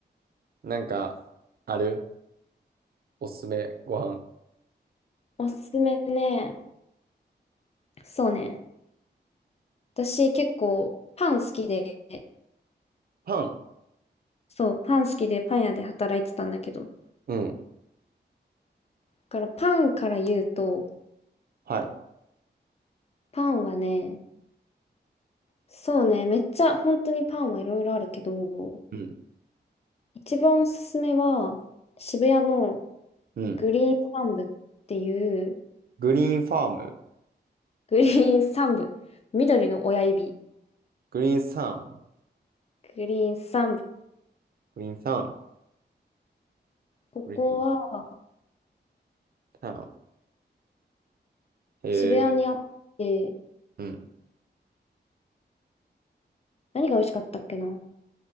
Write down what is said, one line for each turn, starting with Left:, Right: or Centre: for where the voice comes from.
Right: なんか、あるおすすめご飯。
Left: おすすめね。そうね。私結構パン好きで、
Right: パン
Left: そう、パン好きでパン屋で働いてたんだけど。だ
Right: うん。
Left: からパンから言うと、
Right: はい。
Left: パンはね、そうね、めっちゃ本当にパンはいろいろあるけど、
Right: うん。
Left: 一番おすすめは渋谷の
Right: うん。
Left: グリーン三部っていう、
Right: グリーンファーム。
Left: グリーン三部、緑の親指、
Right: グリーンサム。
Left: グリーン三部。
Right: グリーンサム。
Left: ここは
Right: グリーンサム。へえ。
Left: 渋谷にあって、
Right: うん。
Left: 何が美味しかったっけな